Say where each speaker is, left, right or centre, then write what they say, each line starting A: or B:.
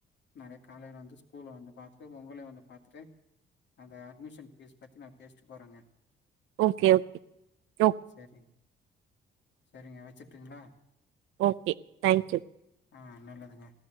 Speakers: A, on the left; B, on the right.
A: நாளைக்கு காலைல வந்து ஸ்கூல வந்து பாத்துட்டு உங்களையும் வந்து பாத்துட்டு அந்த அட்மிஷன் ஃபீஸ் பத்தி நா பேஸ்ட்டு போறேங்க
B: ஓகே ஓகே ஓகே
A: செரிங் செரிங்க வச்சுட்டுங்களா
B: ஓகே தேங்க் யூ
A: ஆ நல்லதுங்க